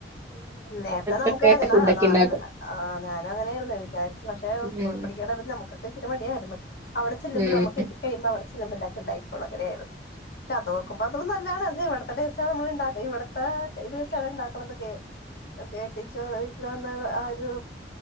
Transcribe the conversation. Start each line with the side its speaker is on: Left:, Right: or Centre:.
Left: നേർത്തേ നമുക്ക്
Right: തൊട്ടേ
Left: ഞഞഞാന
Right: ഫുഡൊക്കെ ഉണ്ടാക്കും
Left: ഞാനങ്ങനെയ്ർന്നു വിചാരി പക്ഷെ
Right: ഉം
Left: കൂലിപ്പണിക്കാരനായ ന്നെ നമുക്ക് ഒത്തിരി മടിയായിരുന്നു അവിടെ ചെല്ലുമ്പോ
Right: ഉം
Left: നമുക്ക് കെട്ടികഴിയുമ്പോ അവിടെ ചെല്ലുമ്പോ ഇല്ലത്തണ്ടാകി കോള്ളങ്ങനെയായിരുന്നു അതോഓർക്കുമ്പോ തും നല്ലാണ് അ ഇവിട <unintelligible> ഇവിടത്തെ ഇത് വെച്ച അണ് ഉണ്ടാക്കണ എന്നൊക്കെ. കെട്ടിച്ചു ഇപ്പ വന്ന ആ ഒരു